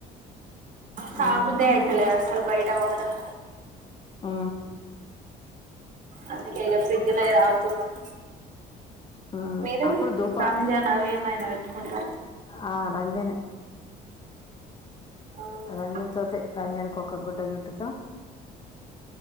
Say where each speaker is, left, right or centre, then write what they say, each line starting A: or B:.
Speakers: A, on the right; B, on the left.
A: త
B: ఉమ్
A: బుద్ధి అయితలేదు. అసలు బయట వాటర్
B: ఆ
A: అందుకె ఇగ ఫ్రిడ్జ్ లై తాగుతున్నాం
B: ఉమ్
A: మీరు
B: అప్పుడు ధూపార్త
A: రంజాన్ అవి ఏమైనా పెట్టుకుంటా
B: ఆ రంజనే
A: ఆ
B: రంజన్ తోటి రంజన్కు ఒక గుడ్డ జుట్టుతాం.